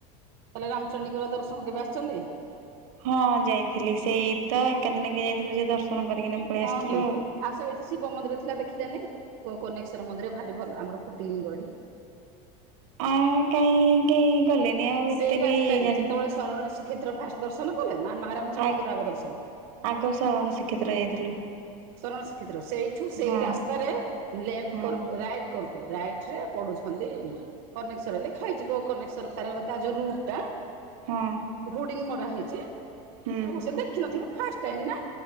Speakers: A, on the right (about 50°); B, on the right (about 70°).
A: ତାଲେ ରାମଚଣ୍ଡୀଙ୍କର ଦର୍ଶନ କେବେ ଆସିଛନ୍ତି?
B: ହଁ ଯାଇଥିଲି ସେଇ ତ ଏକା ଦିନକେ ଯାଇଥିଲୁ ସେ ଦର୍ଶନ କରିକିନା ପଳେଇ
A: ହଁ-ହଁ।
B: ଆସିଥିଲୁ ଆଉ।
A: ଆସ ଏଠି ଶିବ ମନ୍ଦିର ଥିଲା ଦେଖିଲୋନି। ଗୋ କନେଶ୍ଵର ମନ୍ଦିର ଭାରି ଭଲ ଆମର ଫୁଟିଲିଙ୍ଗ ଏଠି।
B: ଆ କାହିଁକି ଗଲେନି ଆଉ ଏତେ
A: ସେଇ
B: ବି
A: ରାସ୍ତାରେ
B: ଜାନିନୁ
A: ଯେତେବେଳେ ଶରଣ ଶ୍ରୀକ୍ଷେତ୍ର ଫାଷ୍ଟ ଦର୍ଶନ କଲେ ନା ମା ରାମଚଣ୍ଡୀଙ୍କର
B: ଆ
A: ଆଗ ଦର୍ଶନ?
B: ଆଗ ସରଣ ଶ୍ରୀକ୍ଷେତ୍ର ଯାଇଥିଲୁ।
A: ଶରଣ ଶ୍ରୀକ୍ଷେତ୍ର ସେଇଠୁ ସେଇ
B: ହଁ
A: ରାସ୍ତାରେ ଲେଫ୍ଟ
B: ହଁ
A: କରକୁ ରାଇଟ୍ କରୁ ରାଇଟ୍ରେ ପଡ଼ୁଛନ୍ତି। କନେକ୍ସର୍ ଲେଖା ହେଇଛି ଗୋନେକ୍ସ୍ୱର ତାର ଯୋଉ ରୁଟ୍ ଟା
B: ହଁ।
A: ହୁଡିଙ୍ଗ ମରା ହେଇଛି
B: ହୁଁ।
A: ଆଉ ସେ ଦେଖିନଥିବେ ଫାଷ୍ଟ ଟାଇମ୍ ନା।